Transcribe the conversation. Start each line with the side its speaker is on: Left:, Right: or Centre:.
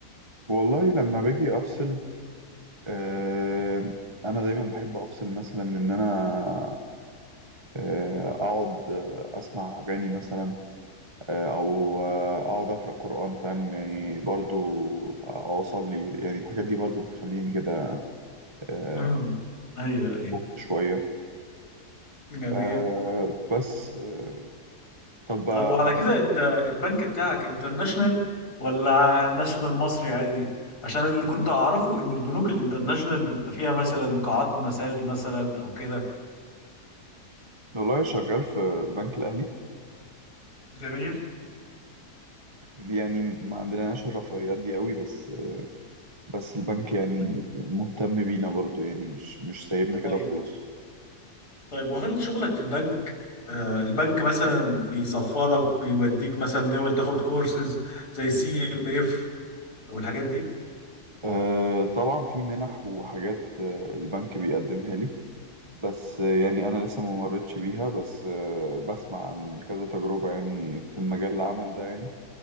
Right: والله لما باجي افصل آه انا دايما بحب افصل مثلا ان انا آه اقعد آه، اسمع اغاني مثلا آه او آه اقعد اقرا قران فاهم يعني برضو اوصل لي يعني الحاجات دي برضو بتخليني كده آه
Left: امم ايوه ايوه
Right: فوق شويه
Left: جميل
Right: آه بس آه طب
Left: طب
Right: آه،
Left: وعلى كده انت البنك بتاعك انترناشونال ولا ناشونال مصري عادي عشان اللي كنت اعرفه ان البنوك الانترناشونال بيبقى فيها مثلا قاعات مساج مثلا او كده
Right: والله شغال في بنك الاهلي
Left: جميل
Right: يعني ما عندناش الرفاهيات دي قوي بس بس البنك يعني
Left: <clears throat>
Right: مهتم بينا برضو يعني مش مش سايبنا كده
Left: ايوه
Right: خلاص
Left: طيب وهل شغلك في البنك آه، البنك مثلا بيسفرك بيوديك مثلا دول تاخد كورسز زي سي ام اف والحاجات دي
Right: أه طبعا في منح وحاجات آه، البنك بيقدمها لي بس آه، يعني انا لسه ما مرتش بيها بس آه، بسمع عن كذا تجربة يعني في المجال العمل ده يعني